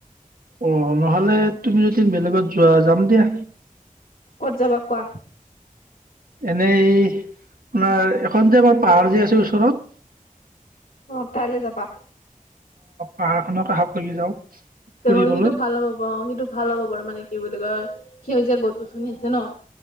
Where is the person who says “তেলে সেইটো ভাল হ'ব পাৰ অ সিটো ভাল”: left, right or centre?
Left